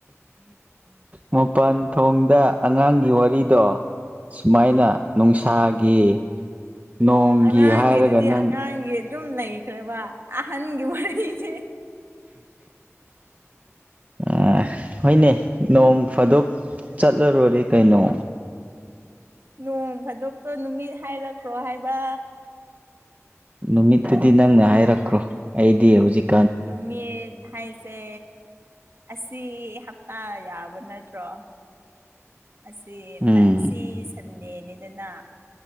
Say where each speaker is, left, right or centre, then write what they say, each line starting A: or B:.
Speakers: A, on the right; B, on the right.
A: ꯃꯄꯥꯟ ꯊꯣꯡꯗ ꯑꯉꯥꯡꯒꯤ ꯋꯥꯔꯤꯗꯣ ꯁꯨꯃꯥꯏꯅ ꯅꯣꯡꯁꯥꯒꯤ ꯅꯣꯡꯒꯤ
B: ꯑꯉꯥꯡꯒꯤꯗꯨꯗꯤ
A: ꯍꯥꯏꯔꯒ ꯅꯪ
B: ꯑꯉꯥꯡꯒꯤ ꯑꯗꯨꯝ ꯂꯩꯈ꯭ꯔꯦꯕ ꯑꯍꯟꯒꯤ ꯋꯥꯔꯤꯁꯦ
A: ꯑ ꯍꯣꯏꯅꯦ ꯅꯣꯡ ꯐꯥꯗꯣꯛ ꯆꯠꯂꯔꯣꯔꯦ ꯀꯩꯅꯣ
B: ꯅꯣꯡ ꯐꯥꯗꯣꯛꯇꯣ ꯅꯨꯃꯤꯠ ꯍꯥꯏꯔꯛꯈ꯭ꯔꯣ ꯍꯥꯏꯕ
A: ꯅꯨꯃꯤꯠꯇꯨꯗꯤ ꯅꯪꯅ ꯍꯥꯏꯔꯛꯈ꯭ꯔꯣ ꯑꯩꯗꯤ ꯍꯨꯖꯤꯛ
B: ꯅꯨꯃꯤꯠ ꯍꯥꯏꯁꯦ ꯑꯁꯤ ꯍꯞꯄꯥ ꯌꯥꯕ ꯅꯠꯇ꯭ꯔꯣ ꯑꯁꯤ
A: ꯎꯝ
B: ꯉꯁꯤ ꯁꯟꯗꯦꯅꯤꯗꯅ